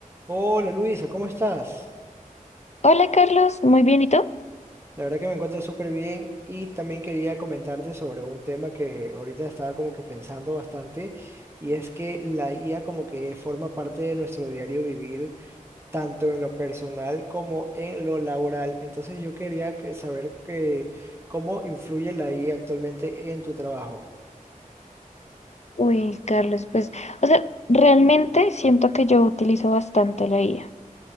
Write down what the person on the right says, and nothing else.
Hola Luisa, ¿cómo estás?
La verdad que me encuentro súper bien y también quería comentarte sobre un tema que ahorita estaba como que pensando bastante y es que la IA como que forma parte de nuestro diario vivir tanto en lo personal como en lo laboral. Entonces yo quería que- saber que, cómo influye la IA actualmente en tu trabajo.